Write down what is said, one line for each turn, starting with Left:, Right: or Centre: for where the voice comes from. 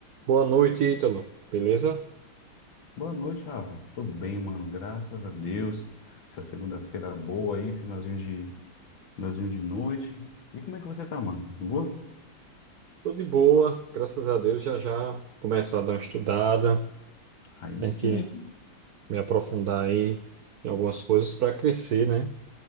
Right: Boa noite, Ítalo. Beleza?
Left: Boa noite, Rafa. Tô bem, mano. Graças a Deus. Essa segunda-feira boa aí, finalzinho de, finalzinho de noite. E como é que você tá, mano? Boa?
Right: Tô de boa, graças a Deus. Já já começar a dar uma estudada.
Left: Aí
Right: Tem
Left: sim.
Right: que me aprofundar aí em algumas coisas para crescer, né?